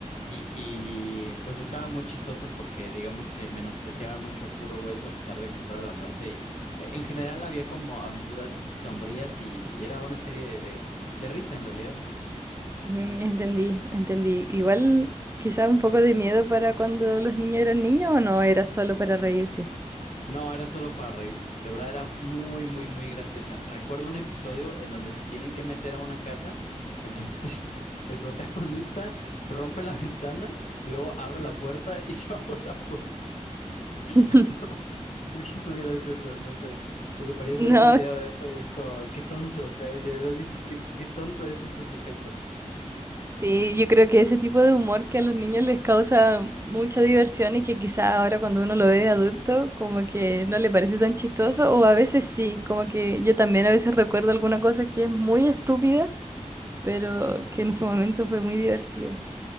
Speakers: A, on the left; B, on the right.
A: Y, y, pues estaba muy chistoso porque digamos que menospreciaban mucho a Puro Hueso a pesar de que fuera la muerte y eh, en general había como aventuras sombrías y era una serie de, de risa en realidad.
B: Mm, Entendí, entendí. Igual quizá un poco de miedo para cuando los niños eran niños o no, era solo para reírse.
A: No, era solo para reírse. De verdad era muy, muy, muy graciosa. Recuerdo un episodio en donde se tienen que meter a una casa. Entonces, <laughs> el protagonista rompe la ventana y luego abre la puerta y <laughs> se va por la puerta. <laughs> Ay,
B: <laughs>
A: no, es que es muy gracioso, no sé. Lo que parece
B: No,
A: es ver un video de eso y es como, qué tonto. O sea, de verdad dices, qué, qué tonto es este sujeto.
B: sí, yo creo que ese tipo de humor que a los niños les causa mucha diversión y que quizá ahora cuando uno lo ve de adulto como que no le parece tan chistoso o a veces sí, como que yo también a veces recuerdo alguna cosa que es muy estúpida pero que en su momento fue muy divertido.